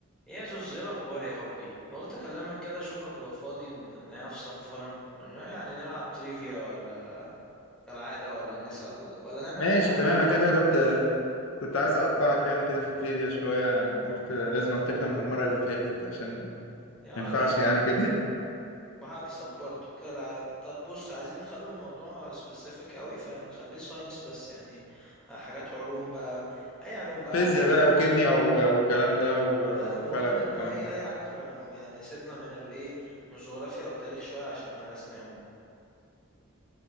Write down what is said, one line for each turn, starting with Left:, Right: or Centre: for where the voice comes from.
Centre: يا زوز ايه الاخبار يا حبي قلت اكلمك كده اشوفك لو فاضي ن- نعرف سم فن يعني نلعب تريفيا ولا كالعاده ولا نسأل ولا نعمل
Left: ماشي
Centre: اي حاجه
Left: تمام
Centre: اونلاين
Left: انا كده كده كنت كنت عايز اقطعك يعني كده في التريفيا شويه قلت لازم انتقم من المره اللي فاتت عشان
Centre: يا ولا
Left: ما ينفعش
Centre: يا
Left: يعني
Centre: ولا
Left: كده <laughs>
Centre: معاك صبرت كالعاده طب بص عايزين نخلي الموضوع سبيسيفيك قوي فنخليه ساينس بس يعني حاجات علوم بقى اي علوم بقى
Left: فيزياء
Centre: احياء
Left: بقى وكيمياء و- والكلام ده و-
Centre: المهم
Left: وفلك
Centre: ان
Left: والكلام
Centre: هو ايه
Left: ده
Centre: اي حاجه في العلوم يعني سيبنا من الايه من الجغرافيا والتاريخ شويه عشان هرسناهم